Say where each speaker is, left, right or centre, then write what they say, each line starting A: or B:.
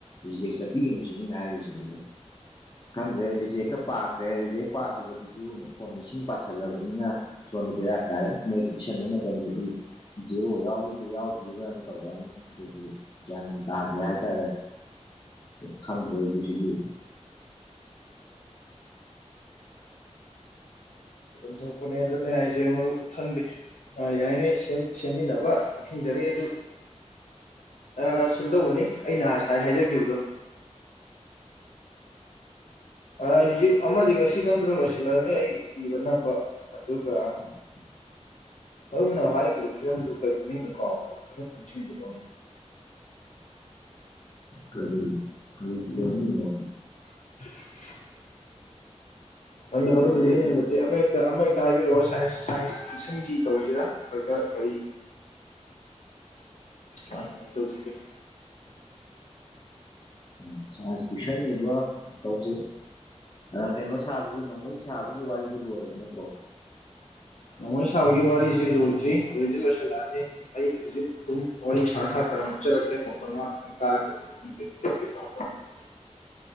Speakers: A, on the left; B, on the left.
A: ꯔꯤꯖꯦꯛ ꯆꯠꯄꯤꯒꯅꯨ ꯁꯤ ꯃꯤꯅ ꯍꯥꯏꯔꯤꯁꯤ ꯍꯧ ꯈꯪꯗ꯭ꯔꯦ ꯔꯤꯖꯦꯛꯇ ꯄꯥꯈ꯭ꯔꯦ ꯔꯤꯖꯦꯛ ꯄꯥꯈꯤꯕꯗꯨꯁꯨ ꯃꯈ ꯐꯣꯟ ꯃꯁꯤꯡ ꯄꯥꯁꯜꯂꯕꯅꯤꯅ ꯁꯣꯗꯔꯥꯛꯇꯥꯔꯦ ꯃꯦꯗꯤꯇꯦꯁꯟꯒꯤ ꯃꯇꯝꯗꯗꯤ ꯖꯦꯔꯣ ꯌꯥꯎꯔꯤꯒꯦ ꯌꯥꯎꯗꯒꯅ ꯇꯧꯔꯛ ꯌꯥꯅꯤ ꯑꯗꯨꯗꯤ ꯒ꯭ꯌꯥꯟ ꯇꯥꯗꯦ ꯍꯥꯏꯇꯥꯔꯦ ꯈꯪꯗ꯭ꯔꯦ ꯑꯩ ꯁꯤꯒꯤ
B: ꯑꯗꯨ ꯀꯨꯅꯦ ꯑꯦꯖ ꯍꯥꯏꯁ ꯁꯦ ꯃꯔꯨꯞ ꯈꯟꯗꯦ ꯌꯥꯏꯅꯦ ꯁꯦꯝꯃꯤꯟꯅꯕ ꯅꯤꯡꯁꯤꯡꯖꯔꯤ ꯑꯗꯨ ꯅ ꯅ ꯁꯨꯝ ꯇꯧꯕꯅꯤ ꯑꯩꯅ ꯉꯥꯏ ꯍꯥꯏꯖꯈꯤꯕꯗꯣ ꯍꯧꯖꯤꯛ ꯑꯃꯗꯤ ꯉꯁꯤ ꯅꯝꯗꯅ ꯂꯣꯏꯁꯤꯜꯂꯔꯅꯤ ꯑꯩ ꯏꯕ ꯅꯝꯕ ꯑꯗꯨꯒ
A: <inaudible>
B: ꯃꯔꯝꯅ ꯍꯥꯏꯈꯤꯕ ꯐꯤꯂꯝꯗꯨ ꯀꯔꯤꯒꯤꯅꯤꯡꯅꯣ ꯀꯥꯎꯈꯔꯦ ꯑꯃꯨꯛꯇꯪ ꯄꯨꯟꯁꯤꯡꯕꯤꯔꯣ
A: ꯀꯔꯤ ꯀꯔꯤ ꯐꯤꯂꯝꯃꯤꯡꯅꯣ
B: <inaudible> ꯅꯪꯅ
A: ꯀꯔꯝꯕꯒꯤ
B: ꯃꯔꯝ ꯂꯤꯔ
A: ꯑꯣꯏꯗꯣꯏꯅꯣ
B: ꯅꯤꯡꯕꯗꯦ ꯑꯃꯛ ꯑꯃ ꯍꯦꯛꯇ ꯍꯥꯏꯕꯤꯔꯛꯑꯣ ꯁꯥꯏꯟꯁ ꯁꯥꯏꯟꯁ ꯐꯤꯛꯁꯟꯒꯤ ꯇꯧꯁꯤꯔꯥ ꯅꯠꯇ꯭ꯔꯒ ꯀꯔꯤ ꯀ ꯍꯥꯏ ꯍꯥꯏ ꯇꯧꯁꯤꯒꯦ
A: ꯎꯝ ꯁꯥꯏꯟꯁ ꯇ꯭ꯌꯨꯁꯟꯒꯨꯝꯕ ꯇꯧꯁꯤ ꯀꯩꯅꯣ ꯁꯥꯕꯒꯤ ꯅꯣꯡꯃꯩ ꯁꯥꯕꯒꯤ ꯋꯥꯔꯤꯗꯨ ꯂꯣꯏꯔꯕ ꯅꯠꯇ꯭ꯔꯣ
B: ꯅꯃꯣꯏ ꯁꯥꯕꯒꯤ ꯋꯥꯔꯤꯁꯤꯦ ꯂꯣꯏꯗ꯭ꯔꯤ ꯂꯣꯏꯗꯤ ꯂꯣꯏꯁꯤꯜꯂꯛꯑꯅꯤ ꯑꯩ ꯍꯧꯖꯤꯛ ꯑꯗꯨꯝ ꯋꯥꯔꯤ ꯁꯥ ꯁꯥ ꯈꯔ ꯅꯞꯆꯔꯛꯀꯦ ꯑꯃꯨꯛ ꯉ ꯈꯤꯇꯪ ꯇꯥꯔꯗꯤ <unintelligible>